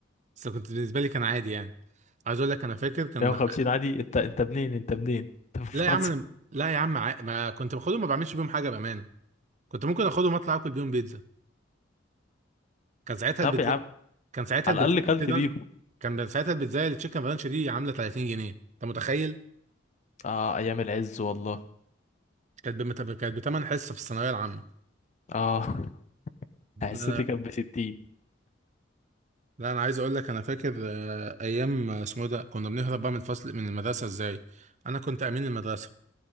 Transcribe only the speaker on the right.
بس كنت بالنسبة لي كان عادي يعني عايز اقول لك انا فاكر كان
لا يا عم أنا... لا يا عم ع- ما كنت باخدهم ما بعملش بيهم حاجه بامانه كنت ممكن اخدهم اطلع اكل بيهم بيتزا كان ساعتها
البيتزا
كان ساعتها
البيتزا
كان ساعتها البيتزا التشيكن رانش دي عامله 30 جنيه انت متخيل
كانت بمت... كانت بتمن حصه في الثانويه العامه
لا لا
لا انا عايز اقول لك انا فاكر آه، ايام آه، اسمه إيه ده كنا بنهرب بقى من الفصل من المدرسه ازاي انا كنت امين المدرسه